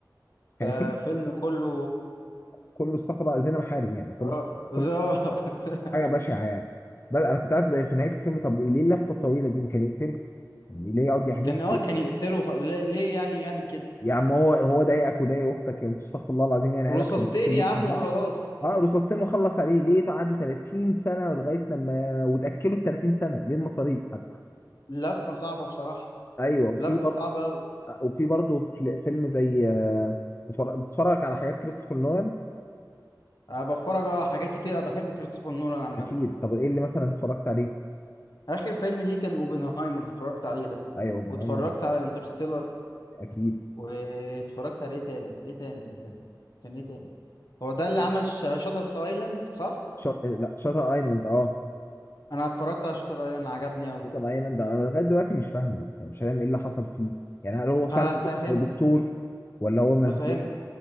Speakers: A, on the left (about 35°); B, on the left (about 60°).
A: كان
B: ده
A: في
B: فيلم كله
A: كله استغفر الله زينا محارم يعني كل
B: اه
A: ح-
B: آه.
A: كل
B: <laughs>
A: حاجه بشعه يعني بل انا كنت قاعد بقى في نهايه الفيلم طب ليه اللفه الطويله دي ما كان يقتله يعني ليه يقعد يحبسه
B: كان اه كان يقتله خل... ليه ليه يعني يعمل كده
A: يا عم هو هو ضايقك وضايق اختك يعني انتوا استغفر الله العظيم يعني عيله
B: رصاصتين
A: شياطين كلكم
B: يا عم
A: بعض
B: وخلاص
A: اه رصاصتين وخلص عليه ليه قعدوا 30 سنه ولغايه لما وتاكلوا ال 30 سنه ليه المصاريف حتى
B: لفة صعبة بصراحة
A: ايوه وفي
B: لفة
A: برضه
B: صعبة أوي
A: وفي برضه فل- فيلم زي آه، بتفرج- بتتفرج على حاجات كريستوفر نولان
B: أنا بتفرج على حاجات كتير أنا بحب كريستوفر نولان عامة
A: اكيد طب ايه اللي مثلا اتفرجت عليه
B: آخر فيلم ليه كان أوبنهايمر اتفرجت عليه ده
A: ايوه اوبنهايمر
B: واتفرجت على انترستيلر
A: اكيد
B: واتفرجت على ايه تاني ايه تاني كان كان ايه تاني هو ده اللي عمل شاتر ايلاند صح
A: شط... لا شاتر ايلاند اه
B: انا اتفرجت على شاتر ايلاند عجبني قوي
A: شاتر ايلاند انا لغايه دلوقتي مش فاهمه يعني مش فاهم ايه اللي حصل فيه يعني هل هو فعلا
B: هفهم
A: دكتور ولا هو مسجون
B: هفهمك